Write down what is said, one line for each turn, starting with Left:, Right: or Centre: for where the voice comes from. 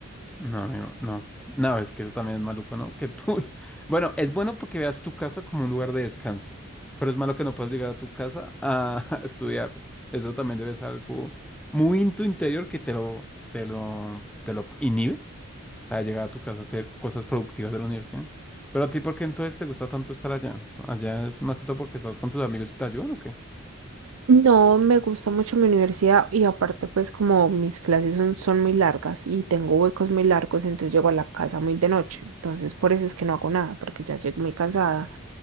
Centre: No, amigo, no. No, es que eso también es maluco, ¿no? Que tú. <laughs> Bueno, es bueno porque veas tu casa como un lugar de descanso, pero es malo que no puedas llegar a tu casa a <laughs> estudiar. Eso también debe ser algo muy en tu interior que te lo, te lo, te lo inhibe para llegar a tu casa a hacer cosas productivas de la universidad. Pero a ti, ¿por qué entonces te gusta tanto estar allá? ¿Allá es más que todo porque estás con tus amigos y te ayudan o qué?
Right: No, me gusta mucho mi universidad y aparte pues como mis clases son, son muy largas y tengo huecos muy largos, entonces llego a la casa muy de noche. Entonces por eso es que no hago nada, porque ya llego muy cansada.